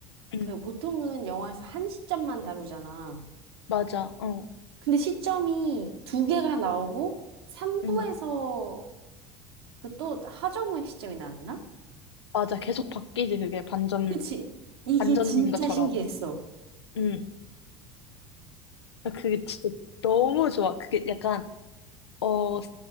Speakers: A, on the left; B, on the right.
A: 응.
B: 그 보통은 영화에서 한 시점만 다루잖아.
A: 맞아, 어,
B: 근데 시점이 두 개가 나오고 3부에서
A: 응,
B: 그 또 하정우의 시점이 나왔나?
A: 맞아. 계속 바뀌지, 그게 반전,
B: 그치? 이게
A: 반전인
B: 진짜
A: 것처럼.
B: 신기했어.
A: 응. 아, 그게 진짜 너무 좋아. 그게 약간, 어,